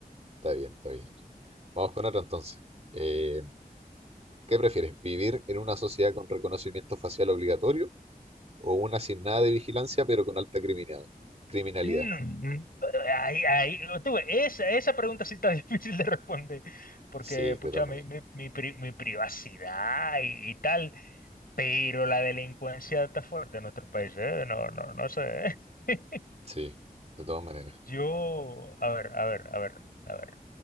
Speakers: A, on the right; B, on the left.
A: está bien, está bien. Vamos con otra entonces. Eh, ¿qué prefieres, vivir en una sociedad con reconocimiento facial obligatorio o una sin nada de vigilancia pero con alta criminalidad? Criminalidad.
B: Mm, ahí, ahí, tú esa, esa pregunta sí está <laughs> difícil de responder, porque,
A: Sí, de
B: pucha,
A: todas maneras.
B: mi, mi, mi pri- mi privacidad y, y tal, pero la delincuencia está fuerte en nuestro país, ¿eh? No, no, no sé. <laughs>
A: Sí, de todas maneras.
B: Yo, a ver, a ver, a ver, a ver,